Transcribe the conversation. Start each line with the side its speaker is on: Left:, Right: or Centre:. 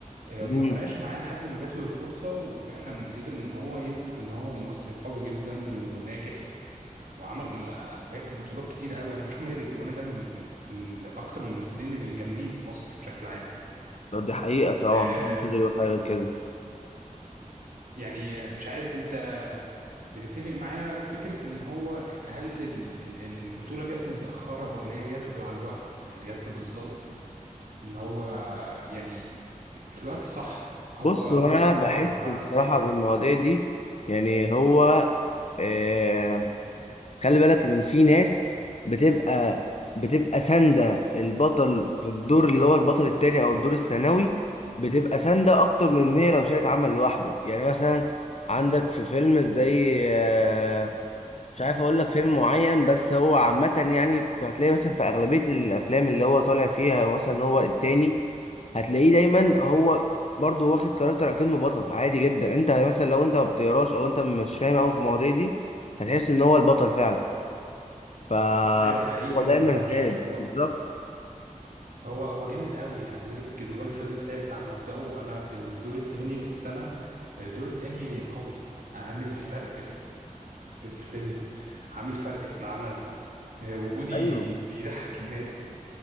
Right: آه،
Left: امم
Right: ما فرقش معاه لحد ما جات له الفرصة وفعلا قدر ان هو يثبت ان هو ممثل قوي جدا وناجح وعمل آه، حاجات بطولات كتير قوي انا بشوف ماجد الكدواني ده من من من اكتر الممثلين الجامدين في مصر بشكل عام
Left: طب دي حقيقة طبعا
Right: آه،
Left: محدش يقدر يقول حاجة غير كده
Right: يعني آه، مش عارف انت بتتفق معايا في فكرة ان هو هل ال- ال- البطولة جات له متأخرة ولا هي جات له على الوقت يعني جات له بالظبط ان هو يعني في الوقت الصح هو
Left: بص
Right: هو
Left: هو انا
Right: استوى
Left: بحس
Right: بالمعنى
Left: بصراحة
Right: الصحيح
Left: بالمواضيع دي يعني هو آه، خلي بالك ان في ناس بتبقى بتبقى ساندة البطل في الدور اللي هو البطل التاني او الدور الثانوي بتبقى ساندة اكتر من ان هي لو شالت عمل لوحده يعني مثلا عندك في فيلم زي آه، مش عارف اقول لك فيلم معين بس هو عامة يعني هتلاقي مثلا في اغلبية الافلام اللي هو طالع فيها مثلا هو التاني هتلاقيه دايما هو برضه واخد كاركتر اكنه بطل عادي جدا انت مثلا لو انت ما بتقراش او انت مش فاهم قوي في المواضيع دي هتحس ان هو البطل فعلا فهو
Right: ايوه ده حقيقي فعلا
Left: دايما
Right: انا
Left: ساند
Right: شايف ان هو
Left: بالظبط
Right: هو هو جامد قوي يعني ماجد الكدواني فضل ثابت على مبدأه انا في الدور التاني بس انا الدور التاني قوي عامل فرق في الفيلم عامل فرق في العمل آه، وجودي
Left: ايوه
Right: بيضحك الناس